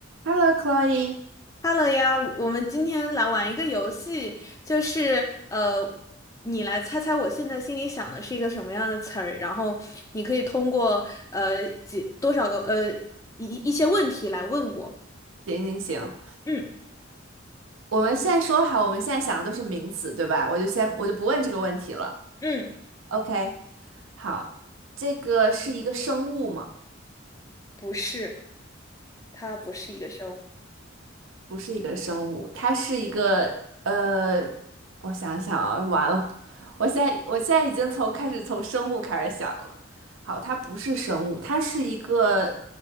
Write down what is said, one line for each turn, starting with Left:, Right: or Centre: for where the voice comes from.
Right: Hello, Chloe。
Left: Hello 呀，我们今天来玩一个游戏，就是呃，你来猜猜我现在心里想的是一个什么样的词儿，然后你可以通过呃几多少个呃一一些问题来问我。
Right: 行行行，
Left: 嗯
Right: 我们现在说好，我们现在想的都是名词，对吧？我就先我就不问这个问题了。
Left: 嗯，
Right: OK，好，这个是一个生物吗？
Left: 不是，它不是一个生物，
Right: 不是一个生物，它是一个呃，我想想啊，完了，我现在我现在已经从开始从生物开始想了。好，它不是生物，它是一个